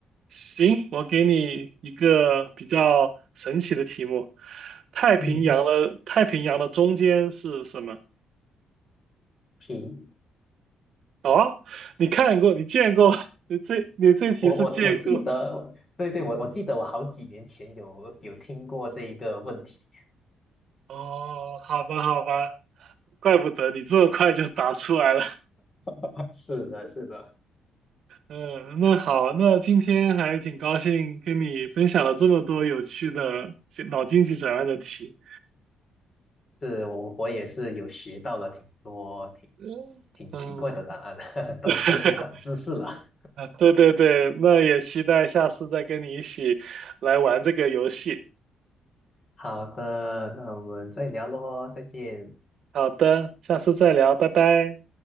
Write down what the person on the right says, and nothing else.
行，我给你一个比较神奇的题目：太平洋的太平洋的中间是什么？
哦，你看过，你见过，<laughs> 你这你这题是见过。
哦，好吧，好吧，怪不得你这么快就答出来了。
嗯，那好，那今天还挺高兴跟你分享了这么多有趣的脑筋急转弯的题。
嗯嗯，
<laughs> 啊，对对对，那也期待下次再跟你一起来玩这个游戏。
好的，下次再聊，拜拜。